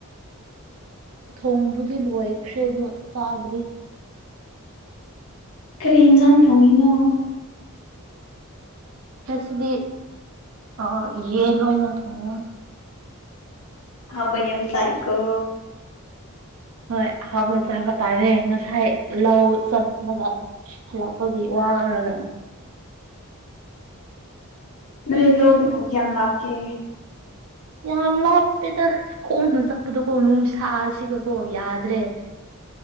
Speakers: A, on the right (about 75°); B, on the left (about 80°).
A: ꯊꯣꯡꯕꯨꯗꯤ ꯂꯣꯏꯈ꯭ꯔꯦꯗ ꯆꯥꯗ꯭ꯔꯤ
B: ꯀꯔꯤꯦꯟ ꯆꯪ ꯊꯣꯡꯤꯅꯣ
A: ꯉꯁꯤꯗꯤ ꯑ ꯌꯦꯟ ꯑꯣꯏꯅ ꯊꯣꯡꯉꯦ
B: ꯍꯥꯎꯕꯩ ꯑꯦꯝ ꯇꯥꯏꯀ
A: ꯍꯣꯏ ꯍꯥꯎ ꯃꯖꯥꯕꯇꯥꯔꯦ ꯉꯁꯥꯏ ꯂꯧ ꯆꯠꯂꯒ ꯍꯂꯛꯄꯒꯤ ꯋꯥꯒ
B: ꯅ ꯂꯣꯗꯕꯒ ꯑꯃ ꯂꯥꯞ ꯀ
A: ꯌꯥꯝ ꯂꯥꯞꯇꯦꯗꯁ ꯀꯣꯡꯅ ꯆꯠꯄꯗꯀꯣ ꯅꯨꯡ ꯁꯥꯁꯤꯒꯀꯣ ꯌꯥꯗ꯭ꯔꯦ